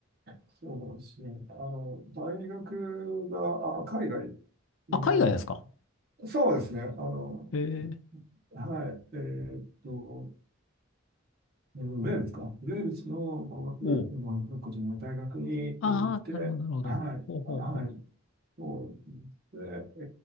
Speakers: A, on the right; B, on the left.
A: そうですね。あの、大学が、あ、海外の、
B: あ、海外ですか
A: そうですね。あの、
B: ええ。
A: はい。えーっと、ウェールズか。ウェールズの語学、
B: おう。
A: 語学学校じゃない、大学に行って、
B: ああ、なるほど、なるほど。
A: はい。
B: ほうほうほう。
A: はい。そうですね。え